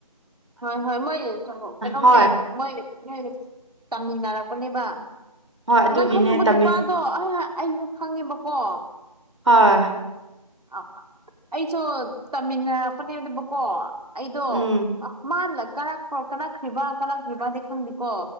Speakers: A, on the right (about 75°); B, on the right (about 50°).
A: ꯍꫭꯏ ꯍꫭꯏ ꯃꯣꯏ <inaudible> ꯀꯩꯅꫭꯝꯅ°
B: ꯍꯣꯏ
A: ꯃꯣꯏ ꯃꫭꯏ ꯇꯃꯤꯟꯅꯔꯛꯄꯅꯦꯕ
B: ꯍꯣꯏ ꯑꯗꯨꯒꯤꯅꯦ
A: ꯅꯪ ꯈꯪꯉꯨꯕ ꯅꯨꯄꯥ
B: ꯇꯝꯃꯤ
A: ꯗꫭ ꯑꯩ ꯑꯩꯁꯨ ꯈꯪꯉꯦꯕꯀꯣ
B: ꯍꯣꯏ
A: ꯑ ꯑꯩꯁꯨ ꯇꯝꯃꯤꯟꯅ ꯔꯛꯄꯅꯦꯕꯅꯦꯕꯀꯣ ꯑꯩꯗꯣ
B: ꯎꯝ
A: ꯑ ꯃꯥ ꯀꯄ ꯀꯥꯂꯛꯈ꯭ꯔꯤꯕ ꯀꯂꯛꯈ꯭ꯔꯤꯕꯗꯤ ꯈꯪꯗꯦꯀꯣ